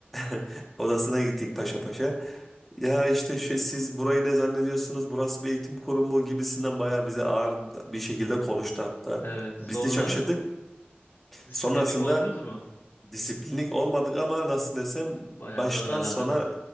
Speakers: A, in the centre; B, on the left (about 70°).
A: <laughs> Odasına gittik paşa paşa. Ya işte şey, siz burayı ne zannediyorsunuz? Burası bir eğitim kurumu gibisinden bayağı bize ağır bir şekilde konuştu hatta.
B: evet
A: Biz
B: sonra
A: de şaşırdık.
B: disiplinlik
A: Sonrasında
B: oldunuz mu?
A: disiplinlik olmadık ama nasıl desem
B: Bayağı
A: baştan
B: bir azarlandınız.
A: sona